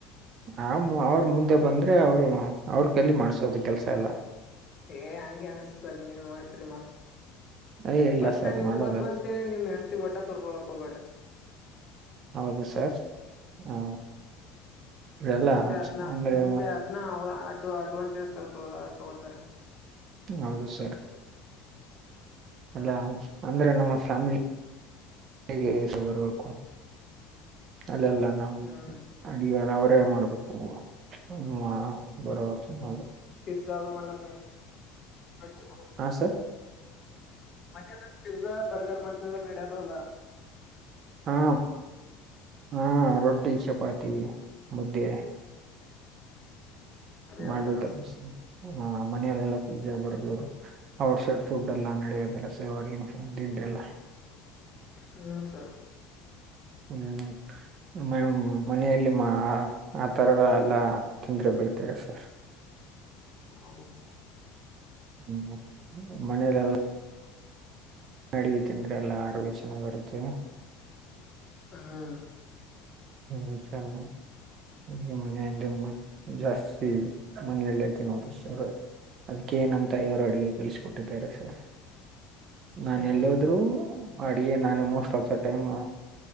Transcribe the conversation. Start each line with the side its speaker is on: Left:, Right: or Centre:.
Right: ಆ ಅವ್ರ ಮುಂದೆ ಬಂದ್ರೆ ಅವ್ರು ಅವ್ರ ಕಲ್ಲಿ ಮಾಡ್ಸೋದು ಕೆಲ್ಸ ಎಲ್ಲ
Left: ಏ ಹಂಗಗೆ ಅನ್ಸ್ತ ಬ್ರಿ ನೀವ ಮಾಡ್ತರಿ ಮತ್
Right: ಏ ಇಲ್ಲ
Left: ವಟ್ಟ
Right: ಸರ್
Left: ನಿಮಗ್
Right: ಮಾಡೋದ
Left: ಬರ್ದಂತೇಳಿ ನಿಮ್ ಹೆಂಡತಿ ವಟ್ಟ ತೋರ್ಸಕೊಳಕ್ ಹೋಗಬೇಡ್ರಿ
Right: ಹೌದು ಸರ್ ಹ ಎಲ್ಲ
Left: ಮುಂದೆ ಅದ್ನ
Right: ಅಂದ್ರೆ
Left: ಮುಂದೆ ಅದನ ಅವರು ಆ ಅದು ಅಡ್ವಾಂಟೇಜ್ ತಗತ ತಗೋತಾರೆ
Right: ಹೌದು ಸರ್ ಅಲ್ಲ ಅಂದ್ರೆ ನಮ್ಮ ಫ್ಯಾಮಿಲಿಸ ಬರ್ಬೇಕು ಅಲ್ಲಲ್ಲ ನ
Left: ಹ್ಮ್
Right: ಅಡ ಕ ಮಾಡ್ಬೇಕು <unintelligible> ಬರುವ <unintelligible>
Left: ಯಾದು ಮಾಡತಾರ ನೀ ಆ ಬರ
Right: ಹಾ ಸರ್
Left: ಮನದಂದ ಪಿಜ್ಜಾ ಬರ್ಗರ್ ಮಾಡ್ತನ ನಡದು ಅಲ್ಲಾ
Right: ಹಾ ಹಾ ರೊಟ್ಟಿ ಚಪಾತಿ ತಿ ಮಧ್ಯೆ
Left: ಅದೇ ಹೇಳ್ತಾರ
Right: ಮಾಡ್ಬೇ ಹಾ ಮನೆಯಲೆೆಲ್ಲಾ ಪಿಜಜಾ ಬರ್ ಔಟ್ಸೈಡ್ ಫುಡ್ ಎಲ್ಲ ನಡೆಯೋದೆಲ್ಲ ಸವ ದಂಡ್ರ ಎಲ್ಲ
Left: ಹ್ಮ್ ಸರ್
Right: ಹ್ಮ್ ಮ ಮನೆಯಲ್ಲಿ ಆ ತರಗಳು ಎಲ್ಲ ತಂದ್ರೆ ಬೈತಾರೆ ಸರ್
Left: ಹ್ಮ <inaudible>
Right: ಹ್ಮ್ ಮನೇಲೆಲ್ಲ ಅಡಿಗೆ ತಿಂದ್ರೆ ಎಲ್ಲಾ ಆರೋಗ್ಯ ಚೆನ್ನಾಗಿರುತ್ತೆ
Left: ಹಾ
Right: ಹ್ಮ ಸ ಮನಲ್ಲ ಜಾಸ್ತಿ ಮನಲ್ಲೇ ತಿನ್ನೋದು ಸರ್ ಅದಕ್ಕೆೇ ನಮ್ ತಾಯಿಯವರು ಅಡುಗೆ ಕಲಿಸಬಟ್ಟಾರ ಸರ್ ನಾನ
Left: ಹ್ಮ್
Right: ಎಲ್ಲದ್ರು ಅಡಿಗೆ ನಾನ ಮೋಸ್ಟ್ ಆಫ್ ದ ಟೈಮ್